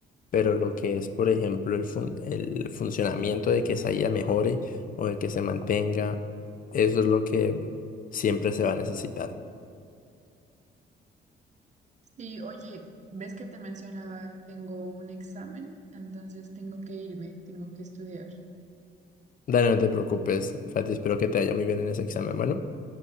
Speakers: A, on the left (about 45°); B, on the right (about 35°).
A: pero lo que es, por ejemplo, el, fun- el funcionamiento de que esa IA mejore o de que se mantenga, eso es lo que siempre se va a necesitar.
B: Sí, oye, ves que te mencionaba, tengo un examen, entonces tengo que irme, tengo que estudiar.
A: Dale, no te preocupes, Fati, espero que te haya muy bien en ese examen. Bueno,